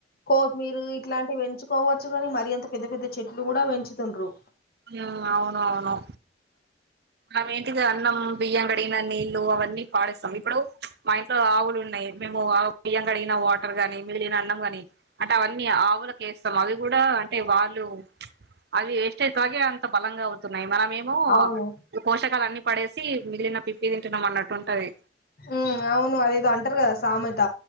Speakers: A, on the left; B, on the right.
A: కొత్తిమీరు ఇట్లాంటివి పెంచు కోవచ్చు కాని మరి అంత పెద్ద పెద్ద చెట్లు కూడా పెంచుతుండ్రు
B: మ్మ్ అవునవును అవేంటిది అన్నం బియ్యం కడిగిన నీళ్లు అవన్నీ పడేస్తాము ఇప్పుడు మా ఇంట్లో ఆవులున్నాయి ఏంటి మేము ఆ బియ్యం కడిగిన వాటర్ గానీ మిగిలిన అన్నం గానీ అంటే అవన్నీ ఆవులకేస్ స్తాం అవి కూడా అంటే వాళ్ళు అది వేస్తే తాగే అంత బలంగా అవుతున్నాయి మనం మేము
A: అవును
B: పోషకాలన్నీ పడేసి మిగిలిన పిప్పి తింటున్నాం అన్నట్టు ఉంటాది
A: మ్మ్ అవును అదేదో అంటారు కదా సామెత